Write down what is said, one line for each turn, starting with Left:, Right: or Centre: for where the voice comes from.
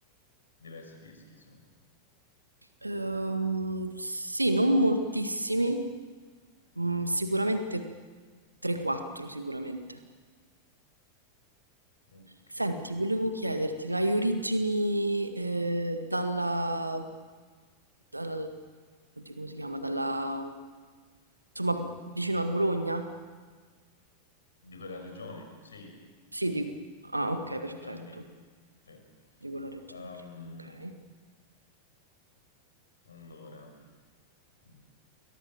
Left: diversi dischi, insomma.
Right: Ehm, sì, non moltissimi, mm, sicuramente 3-4 sicuramente.
Left: Ok.
Right: Senti, volevo chiederti, hai origini eh, dalla, dalla- oddio, come si chiama? Dalla, insomma, vicino a Bologna?
Left: Di quella regione, sì,
Right: Sì, di- ah,
Left: di
Right: ok,
Left: quella
Right: perfetto.
Left: regione lì. Sì.
Right: di quella regione
Left: Ehm,
Right: lì. Ok.
Left: allora, mm,